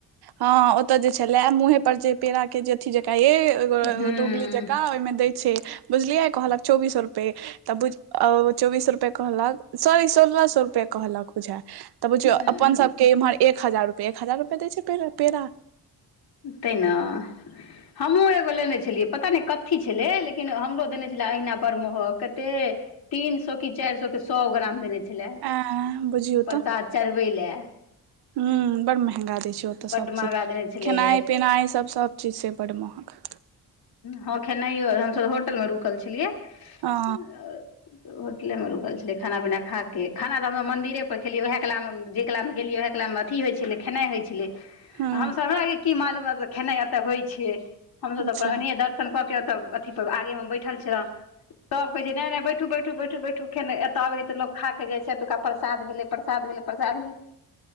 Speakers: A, on the right; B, on the left.
A: हँ ओतय जे छेला मुँहे पर जे पेड़ा के जे अथी जक ये। एगो
B: हूँ
A: दोगली जका ओय में दैय छै बुझलियै कहलक चौबीस सौ रूपये त बुझ औ चौबिस रुपैये कहलक सौरी सोलह सौ रुपैये कहलक बुझाय या तऽ बुझियौ
B: हूँ
A: अपन सब के इम्हर एक हजार रुपआ एक हजार रुपये दै छैे पेड़ा।
B: तेैय न हमहुँ एगो लेने छेलियै। पता नैय कथी छेलै लेकिन हमरो देने छेलै अहिना बड़ महग कते। तीन सौ के चैर सौ के सौ ग्राम देने छैय। छेला
A: अ बुझियौ
B: प्रसाद चढ़बै लेए।
A: हँ बड़ मँहगा दै छै ओतऽ
B: बड्ड
A: सबचीज
B: महगा देने छलै
A: खेनाइ-पिनाइ सब चीज छै बड़ मँहग।
B: हँ खेनाइयो हम सब होटल मे रुकल छेलियै। होटले
A: हँ
B: मे रुकल छेलिलै खाना पीना खा के खाना तऽ हम मन्दिरे पर खेलियै ओएह काल मे जय कलामे गेलियै ओएह कलामे। अथी होय छेलै खेनाय होय छेलै।
A: हँ
B: त हमरा और के की मालूम खेनाय एते होय छैय हम सब
A: अच्छा
B: त अपन दर शन कऽ के ओतऽ अथी पर आगे मे बैठल छेलौ। सब कहै छै नैय-नैय बैठू-बैठ-बैठू-बैठूे खेंने एतऽ अबै हैय तऽ लोक खाऽ के जाय छै एतुका प्रसाद भेलै, प्रसाद भेलै, प्रसाद भेलै।